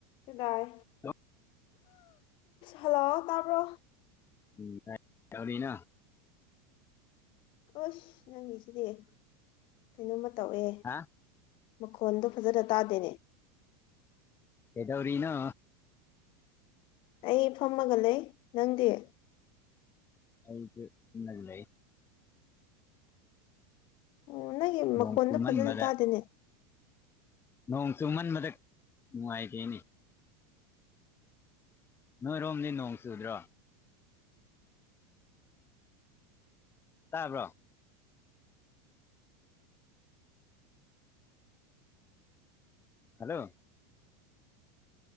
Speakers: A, on the left; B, on the left.
A: ꯁꯤꯗꯥꯏ
B: hello
A: hello ꯇꯥꯕ꯭ꯔꯣ
B: ꯎꯝ ꯀꯩꯗꯧꯔꯤꯅꯣ
A: ꯑꯁ ꯅꯪꯒꯤꯁꯤꯗꯤ ꯀꯩꯅꯣꯝꯃ ꯇꯧꯋꯦ
B: ꯍꯥ
A: ꯃꯈꯣꯟꯗꯣ ꯐꯥꯖꯅ ꯇꯥꯗꯦꯅꯦ
B: ꯀꯩꯗꯧꯔꯤꯅꯣ
A: ꯑꯩ ꯐꯝꯃꯒ ꯂꯩ ꯅꯪꯗꯤ
B: ꯑꯩ ꯂꯩ
A: ꯑꯣ ꯅꯪꯒꯤ ꯃꯈꯣꯟꯗꯣ
B: ꯅꯣꯡ ꯆꯨꯃꯟꯕꯗ
A: ꯐꯥꯖꯅ ꯇꯥꯗꯦꯅꯦ
B: ꯅꯣꯡ ꯆꯨꯝꯃꯟꯕꯗ ꯅꯨꯡꯉꯥꯏꯇꯦꯅꯦ ꯅꯣꯏꯔꯣꯝꯗꯤ ꯅꯣꯡ ꯆꯨꯗ꯭ꯔꯣ ꯇꯥꯕ꯭ꯔꯣ ꯍꯜꯂꯣ